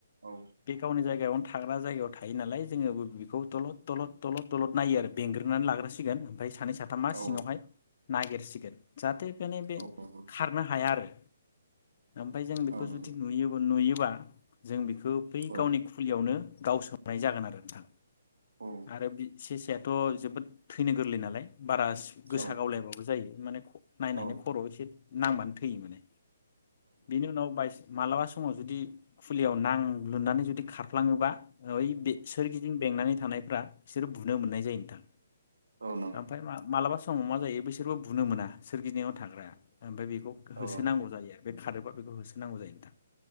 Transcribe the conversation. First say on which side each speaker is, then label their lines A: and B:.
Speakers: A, on the right; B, on the left.
A: औ
B: बे गावनि जायगायाव थाग्रा जायगायाव थायो नालाय जोङो बे बिखौ दलद दलद दलद दलद नायो आरो बेंग्रोनानै लाग्रसिगोन सानै साथामा
A: औ
B: सिङावहाय नागिरसिगोन जाहाथे फ्रायनो बे
A: औ नंगौ
B: खारनो हाया आरो ओमफाय जों बेखौ
A: औ नंगौ
B: जुदि नुयो बो नुयो बा जों बेख खौ बै
A: औ
B: गावनि खुलियावनो गावसोमनाय जागोन आरो नोंथां।
A: औ
B: आरो बि सेसायाथ' जोबोद थैनो गोरलै ना लाय बारा गोसा
A: औ
B: गावलायबाबो जायो माने नायनानै
A: औ
B: खर' एसे नांबानो थैयो माने। बेनि उनाव बायसान्स मालाबा समाव जुदि खुलियाव नांलुननानै जुदि खारफ्लाङोबा ओइ सोरगिदिं बेंनानै थानायफ्रा बिसोरो बुनो मोननाय जायो नोंथां।
A: औ नंगौ औ नंगौ
B: ओमफ्राय मा मालाबा समाव मा जायो बिसोरबो बुनो मोना सोरगिदिंयाव थाग्राया। ओमफ्राय बेखौ
A: औ
B: होसोनांगौ
A: नंगौ
B: जायो बे खारोबा बे बेखौ होसोनांगौ जायो नोंथां।